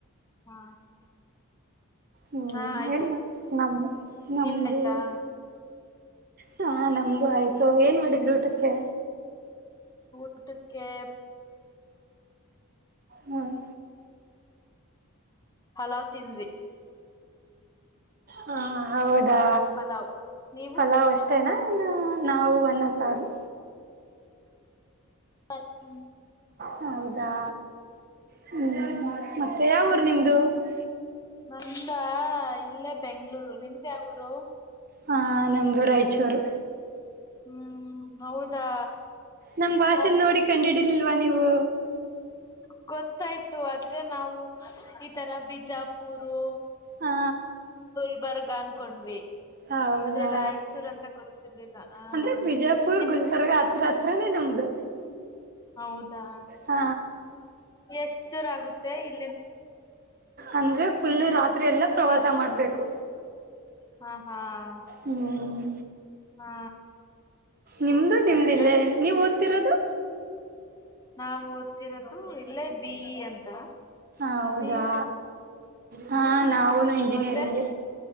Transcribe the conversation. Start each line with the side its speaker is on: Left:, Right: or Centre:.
Left: ಹಾ
Right: ಹ್ಮ್
Left: ಹಾ ಆಯ್ತು
Right: ಏನ್ ನಮ್ ನಮ್ದು
Left: ನಿಮ್ದಾಯ್ತಾ
Right: ಹಾ ನಮಗೂ ಆಯ್ತು ಏನ್ ಮಾಡಿದ್ರು ಊಟಕ್ಕೆ
Left: ಊಟಕಕ್ಕೆ
Right: ಹ್ಮ್
Left: ಪಲಾವ್ ತಿಂದ್ವಿ.
Right: ಹಾ ಹೌದು
Left: ಪಲಾವ್ ನೀವು
Right: ಪಲಾವ್ ಅಷ್ಟೇನಾ ನಾವು ಅನ್ನ ಸಾರು
Left: ಸರಿ
Right: ಹೌದಾ ಹ ಹ್ಮ್ ಮತ್ತೆ ಯಾವ್ ಊರ್ ನಿಮ್ದ್ ್ದ <unintelligible>
Left: ನಂದ ಇಲ್ಲೇ ಬೆಂಗಳೂರು ನಿಮ್ದ್ ಯಾವೂರು?
Right: ಹಾ ನಮ್ದು ರಾಯಚೂರು
Left: ಹ್ಮ್ ಹೌದಾ
Right: ನಮ ಭಾಷೆ
Left: ಅಷ್ಟ
Right: ನೋಡಿ ಕಂಡ ಹಿಡಿರ್ಲಿಲ್ವಾ ನೀವು
Left: ಗೊತ್ತಾಯ್ತು ಅದ್ ನಾವು ಈ ತರ ಬಿದ್ದ ಬಿಜಾಪರು
Right: ಹಾ
Left: ಗು ಲ್ಬರ್ಗ ಅನ್ಕೊಂಡ್ವಿ
Right: ಹೌದಾ
Left: ಆದ್ರೆ ರಾಯಚೂರ್ ಅಂತ ಗೊತ್ತಿರ್ಲಿಲ್ಲ ಹ
Right: ಅಂದ್ರೆ ಬಿಜಯಪುರ್
Left: ನಿಮ್
Right: ಗುಲ್ಬರ್ಗ ಹತ್ರನೇ ನಮ್ದದು
Left: ಹೌದಾ
Right: ಹ
Left: ಎಷ್ಟಧೂರಆಗುತ್ತ ಹ ಇ <unintelligible>
Right: ಅಂದ್ರೆ ಫುಲ್ ರಾತ್ರಿ ಎಲ್ಲ ಪ್ರವಾಸ ಮಾಡ್ಬೇಕು
Left: ಹಾಂ ಹಾಂ
Right: ಹ್ಮ್
Left: ಹಾ
Right: ನಿಮ್ದು ನಿಮ್ದಿಲ್ಲೇ
Left: ಮತ್ತೆ
Right: ನೀವ್ ಓದ್ತಿರೋದು?
Left: ನಾವು ಓದ್ತಿರೋದು ಇಲ್ಲೇ ಬಿ. ಇ ಅಂತ.
Right: ಹೌದಾ
Left: ನೀವ
Right: ಹಾ ನಾವುನು ಇಂಜಿನಿಯರಿಂಗ್ಗೆ
Left: ಮತ್ತೆ